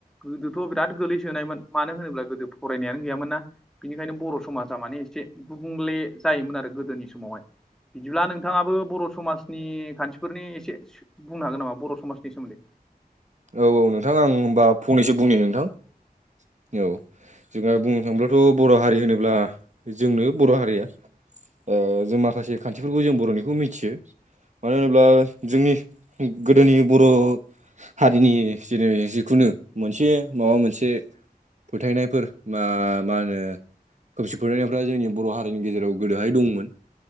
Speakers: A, in the centre; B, on the right.
A: गोदोथ' बिराद गोलैसोनायमोन मानो होनोब्ला गोदो फरायनायानो गैयामोन ना। बिनिखायनो बर' समाजा माने एसे गुबुंले जायोमोन आरो गोदोनि समावहाय बिदिब्ला नोंथाङाबो बर' समाजनि खान्थिफोरनि एसे बुंनो हागोन नामा बर' समाजनि सोमोन्दै
B: औ औ नोंथां आं होनबा फंनैसो बुंनि नोंथां। औ जोंहा बुंनो थाङोब्लाथ' बर' हारि होनोब्ला जोंनो बर' हारिया ओ जों माखासे खान्थिफोरखौ जों बर'निखौ मिथियो मानो होनोब्ला जोंनि गोदोनि बर' हारिनि जेनै जिखुनु मोनसे माबा मोनसे फोथायनायफोर मा मा होनो खोमसि फोथायनायफ्रा जोंनि बर' हारिनि गेजेराव गोदोहाय दंमोन